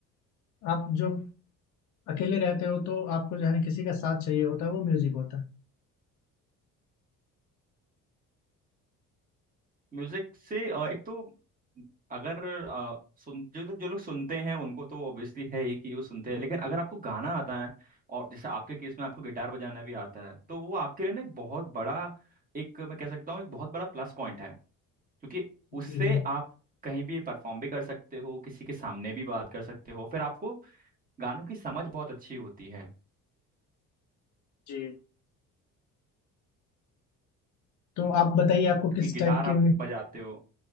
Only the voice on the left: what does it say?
आप जो अकेले रहते हो तो आपको जो है ना किसी का साथ चाहिए होता है वो म्यूजिक होता है
जी
जी
जी तो आप बताइए आपको
किस
टाइप
की